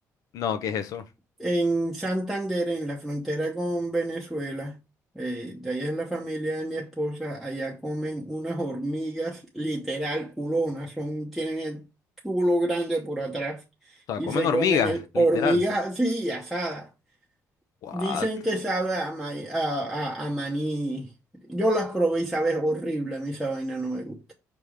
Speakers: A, on the left; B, in the centre.
A: No, ¿qué es eso? O
B: En Santander, en la frontera con Venezuela, eh, de allá es la familia de mi esposa, allá comen unas hormigas literal culonas, son, tienen el culo grande por atrás
A: sea,
B: y
A: comen
B: se
A: hormigas,
B: comen el- hormigas
A: literal.
B: así asadas.
A: What?
B: Dicen que sabe a, ma- a, a- a maní. Yo las probé y sabe horrible, a mí esa vaina no me gusta.